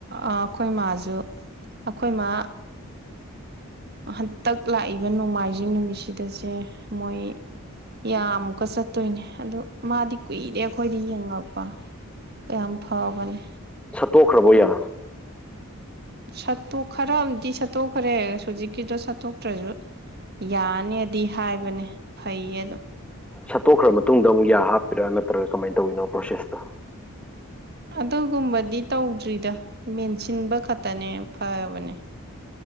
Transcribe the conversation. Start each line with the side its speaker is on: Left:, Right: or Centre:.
Right: ꯑꯩꯈꯣꯏ ꯃꯥꯖ ꯑꯩꯈꯣꯏꯃ ꯍꯟꯇꯛ ꯂꯥꯛꯏꯕ ꯅꯣꯡꯃꯥꯏꯖꯤꯡ ꯅꯨꯃꯤꯠꯁꯤꯗꯁꯦ ꯃꯣꯏ ꯌꯥꯝꯃꯨꯀ ꯆꯠꯇꯣꯏꯅꯦ ꯑꯗꯨ ꯃꯥꯗꯤ ꯀꯨꯏꯔꯦ ꯑꯩꯈꯣꯏꯗ ꯌꯦꯡꯉꯛꯄ ꯄꯦꯝ ꯐꯥꯎꯅꯤ
Centre: ꯁꯠꯇꯣ ꯈꯔꯕꯣ ꯌꯥ
Right: ꯁꯠꯇꯣꯛ ꯈꯔ ꯑꯃꯗꯤ ꯁꯠꯇꯣꯛꯈ꯭ꯔꯦ ꯍꯧꯖꯤꯛꯀꯤꯗꯣ ꯁꯠꯇꯣꯛꯇ꯭ꯔꯁꯨ ꯌꯥꯅꯤꯗꯤ ꯍꯥꯏꯕꯅꯦ ꯐꯩꯌꯦ ꯑꯗꯨꯝ
Centre: ꯁꯠꯇꯣꯛꯈ꯭ꯔ ꯃꯇꯨꯡꯗ ꯑꯃꯨꯛ ꯌꯥ ꯍꯥꯞꯄꯤꯔꯛ ꯅꯠꯇ꯭ꯔꯒ ꯀꯃꯥꯏꯅ ꯇꯧꯋꯤꯅꯣ ꯄ꯭ꯔꯣꯁꯦꯁꯇꯣ
Right: ꯑꯗꯨꯒꯨꯝꯕꯗꯤ ꯇꯧꯗ꯭ꯔꯤꯗ ꯃꯦꯟꯁꯤꯟꯕ ꯈꯛꯇꯅꯦ ꯐꯕꯅꯦ